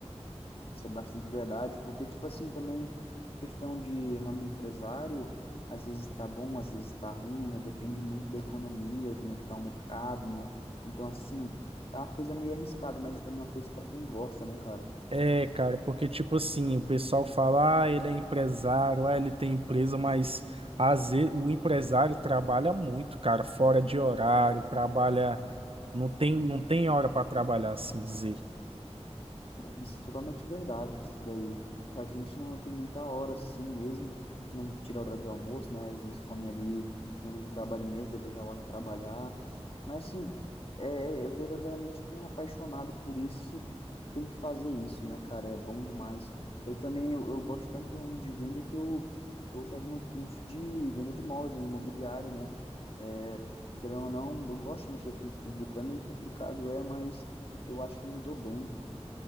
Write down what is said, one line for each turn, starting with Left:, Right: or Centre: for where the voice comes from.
Left: Isso é bastante verdade, porque, tipo assim, também questão de ramo empresário, às vezes tá bom, às vezes tá ruim, né? Depende muito da economia, como é que tá o mercado, né? Então, assim, é uma coisa meio arriscada, mas também é uma coisa para quem gosta, né, cara?
Right: É, cara, porque tipo assim, o pessoal fala, ah, ele é empresário, ah, ele tem empresa, mas às vezes, o empresário trabalha muito, cara, fora de horário, trabalha, não tem, não tem hora para trabalhar, assim dizer.
Left: isso é totalmente verdade, isso daí. A gente não tem muita hora assim mesmo, não tira hora de almoço, né? Às vezes come ali dentro do trabalho mesmo, depois já volta a trabalhar. Mas assim, é é verdadeiramente quem é apaixonado por isso tem que fazer isso, né, cara? É bom demais. Eu também, eu, eu gosto tanto do ramo de venda que eu tô fazendo um curso de venda de imóveis, né, imobiliário, né? É, querendo ou não, eu gosto de mexer com o público, é meio complicado, é, mas eu acho que eu me dou bem.